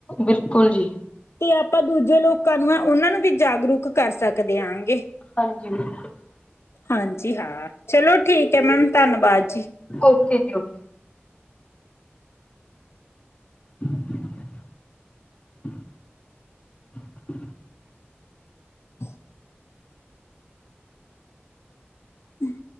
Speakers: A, on the left; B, on the left.
A: ਬਿਲਕੁਲ ਜੀ।
B: ਤੇ ਆਪਾਂ ਦੂਜੇ ਲੋਕਾਂ ਨੂੰ ਆ, ਉਹਨਾਂ ਨੂੰ ਵੀ ਜਾਗਰੂਕ ਕਰ ਸਕਦੇ ਆ ਗੇ।
A: ਹਾਂਜੀ, ਬਿਲਕੁਲ। <unintelligible>
B: ਹਾਂਜੀ ਹਾਂ, ਚਲੋਂ ਠੀਕ ਹੈ ਮੈਮ ਧੰਨਵਾਦ ਜੀ।
A: ਓਕੇ ਜੀ ਓਕੇ। <inaudible>
B: ਹ <inaudible> ਹਮ